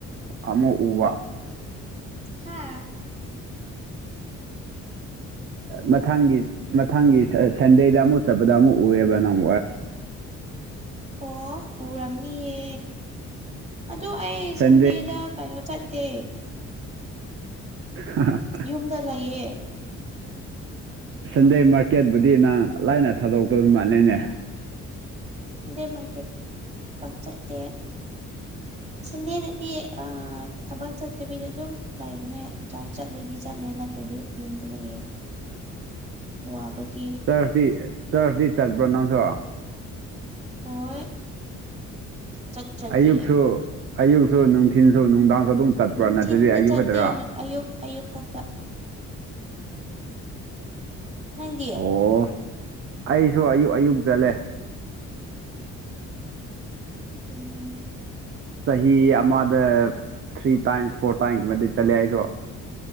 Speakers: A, on the right; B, on the right.
A: ꯑꯃꯨꯛ ꯎꯕ
B: ꯍꯥꯥ
A: ꯃꯊꯪꯒꯤ ꯃꯊꯪꯒꯤ ꯁꯟꯗꯦꯗ ꯑꯃꯨꯛ ꯆꯠꯄꯗ ꯑꯃꯨꯛ ꯎꯑꯦꯕ ꯅꯪ
B: ꯑꯣ ꯎꯔꯝꯅꯤꯌꯦ ꯑꯗꯣ ꯑꯩ
A: ꯁꯟꯗꯦ
B: ꯁꯟꯗꯦꯗ ꯀꯩꯅꯣ ꯆꯠꯇꯦ
A: ꯍꯥ ꯍ
B: ꯌꯨꯝꯗ ꯂꯩꯌꯦ
A: ꯁꯟꯗꯦ ꯃꯥꯔꯀꯦꯠꯕꯨꯗꯤ ꯅꯪ ꯂꯥꯏꯅ ꯊꯥꯗꯣꯛꯇꯣꯏ ꯃꯥꯂꯦꯅꯦ
B: ꯁꯥꯟꯗꯦ ꯃꯥꯔꯀꯦꯠ ꯄꯥꯛ ꯆꯠꯇꯦ ꯁꯟꯗꯦꯗꯗꯤ ꯊꯕꯛ ꯆꯠꯇꯕꯤꯗ ꯑꯗꯨꯝ ꯂꯩꯕꯅꯦ ꯆꯥꯔꯆ ꯆꯠꯂꯗꯤ ꯆꯠꯂꯦ ꯅꯠꯇ꯭ꯔꯗꯤ ꯌꯨꯝꯗ ꯂꯩꯌꯦ ꯋꯥꯕꯒꯤ
A: ꯆꯔꯆꯇꯤ ꯆꯔꯆꯇꯤ ꯆꯠꯄ꯭ꯔꯣ ꯅꯪꯁꯨ
B: ꯍꯣꯏ ꯆꯠꯇ꯭ꯔꯗꯤ
A: ꯑꯌꯨꯛꯁꯨ ꯑꯌꯨꯛꯁꯨ ꯅꯨꯡꯊꯤꯟꯁꯨ ꯅꯨꯡꯗꯥꯡꯁꯨ ꯑꯗꯨꯝ ꯆꯠꯄ꯭ꯔꯥ
B: ꯅꯨꯡꯊꯤꯟꯗꯤ
A: ꯅꯠꯇ꯭ꯔꯗꯤ ꯑꯌꯨꯛ
B: ꯆꯠꯇꯦ
A: ꯈꯛꯇꯔꯥ
B: ꯑꯌꯨꯛ ꯑꯌꯨꯛ ꯈꯛꯇ ꯅꯪꯗꯤ
A: ꯑꯣ ꯑꯩꯁꯨ ꯑꯌꯨꯛ ꯑꯌꯨꯛ ꯆꯠꯂꯦ
B: ꯑꯗꯨꯅꯦ
A: ꯆꯍꯤ ꯑꯃꯗ ꯊ꯭ꯔꯤ ꯇꯥꯏꯝꯁ ꯐꯣꯔ ꯇꯥꯏꯝꯀꯨꯝꯕꯗꯤ ꯆꯠꯂꯦ ꯑꯩꯁꯨ